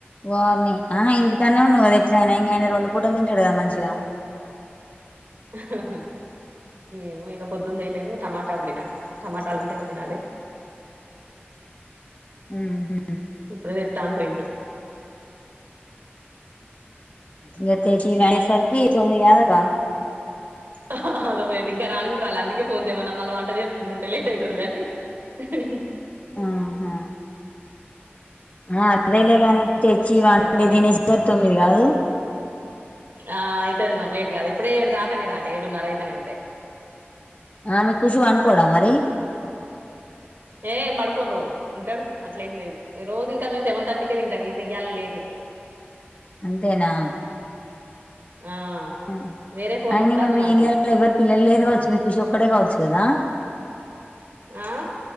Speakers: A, on the left (about 35°); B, on the right (about 60°).
A: వారిని ఆహా ఇంటికనే ఉండవుద ఎట్లైనా ఇంకాయన రెండు పూటలు తింటాడు కదా మంచిగా
B: అహ్హ్ ఏమో ఇగ పొద్దుందేయలేదు టమాటా వండినా టమాటాలు ఉంటే వండినా అదే
A: ఉహు
B: ఇప్పుడేదేత్తాన్ పోయిండు
A: ఇగ తెచ్చి వాండేసార్కి తోంమిది గాక్కా
B: అహ్హ్ అదో మీద ఇంకా రానుకు రాలి అందుకే ఫోన్ చేయమన్నా మళ్ళ వంట చేస్కుంటుంటే లేటైతదిలే అని హ్హ్
A: ఆహా ఆ అదేలేగాని తెచ్చి వండే
B: ఇంకా రాలే
A: తినేసరికి తొమ్మిది కాదు.
B: ఆ అయితది మరి లేట్ కాదు ఇప్పుడే ఏడు దాటనే దాట ఏడున్న అయితనే ఉండే
A: ఆ మీ ఖుషి వనుకోవడా మరి?
B: ఏం పడుకోరో ఉంటాడు అట్లేం లేదు రోజు ఇం అక్క మీ సెవెన్ థర్టీకే తింటాం మీ ఇయ్యాలే లేటు
A: అంతేనా
B: ఆ
A: అ
B: వేరే ఫోన్
A: అయినింగా
B: వత్తాంది
A: మీ
B: నాకు
A: ఇళ్లలో ఎవరు పిల్లలేరు కావచ్చు మీ ఖుషి ఒక్కడే కావచ్చు కదా.
B: ఆ